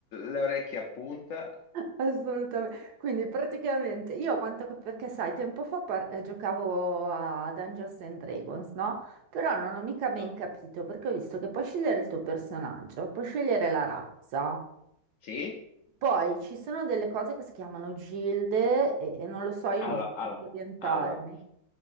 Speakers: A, on the left; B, on the right.
A: le orecchie a punta.
B: Assolutamente. Quindi praticamente
A: Eh,
B: io quanto che perché sai, tempo fa par- eh, giocavo a Dungeons and Dragons, no? Però non ho mica ben
A: eh,
B: capito perché ho visto che puoi scegliere il tuo personaggio, puoi scegliere la razza.
A: Sì?
B: Poi ci sono delle cose che si chiamano gilde e, e non lo so, io
A: Allora,
B: non so
A: allora,
B: come orientarmi.